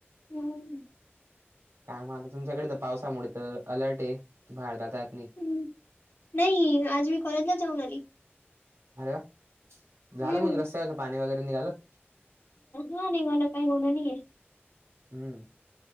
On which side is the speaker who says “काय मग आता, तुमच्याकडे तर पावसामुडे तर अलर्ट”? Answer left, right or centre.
Right